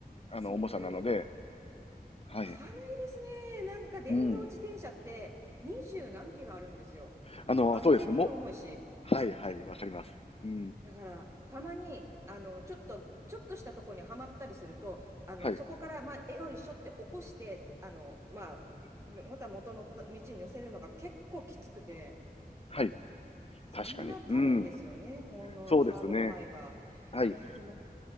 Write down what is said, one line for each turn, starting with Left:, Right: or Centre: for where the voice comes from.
Left: あの、
Right: そんなに
Left: 重さなので、はい。
Right: 軽いですね。なんか電動自転車って20何キロあるんですよ。
Left: うん。あの、
Right: バッテリーも重いし。
Left: そうですね。も、はい、はい、わかります。うん。
Right: だから、たまに、あの、ちょっと、ちょっとしたとこにはまったりすると、あの、
Left: はい、
Right: そこから、まあ、えよいしょって起こして、あの、まあ、また元の道に乗せるのが結構きつくて。
Left: はい。
Right: そんな軽いんですよね、
Left: 確かに。うん。
Right: このカーボンファイバー。
Left: そうですね。はい。
Right: えーでも、